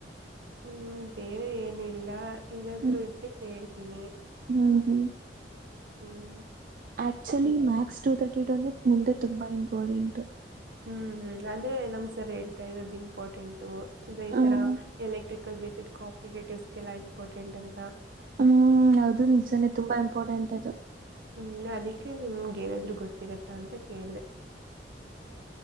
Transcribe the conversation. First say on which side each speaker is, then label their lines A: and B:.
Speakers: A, on the right (about 65°); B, on the right (about 50°).
A: ಹು ಬೇರೆ ಏನು ಇಲ್ಲ ಏನಾದ್ರು
B: ಹ್ಮ್
A: ಇದ್ರೆ ಕೇಳ್ತೀನಿ
B: ಹ್ಮ್ ಹ್ಮ್
A: ಹ್ಮ್
B: actually
A: hmm
B: max two thirty two ಮುಂದೆ ತುಂಬಾ ಇಂಪಾರ್ಟೆಂಟ
A: ಹು ಹು ಅಂದ್ರೆ ನಮ್ ಸರ್ ಹೇಳ್ತಾ ಇದ್ರು ಅದು ಇಂಪಾರ್ಟೆಂಟು ಅಂದ್ರೆ ಈ
B: ಹ್ಮ್
A: ತರ ಎಲೆಕ್ಟ್ರಿಕಲ್ ಬೇಸಡ್ ಕಾಂಪಿಟೇಟಿವ್ ಎಲ್ಲಾ ಇಂಪಾರ್ಟೆಂಟ್ ಅಂತ
B: ಅ ಹೌದು ನಿಜಾನೇ ತುಂಬಾ ಇಂಪಾರ್ಟೆಂಟ್ ಅದು
A: ಹ್ಮ್ ಅದಕ್ಕೆ ನಿಮ್ಗೆ ಏನಾದ್ರು ಗೊತ್ತಿರುತ್ತಾ ಅಂತ ಕೇಳ್ದ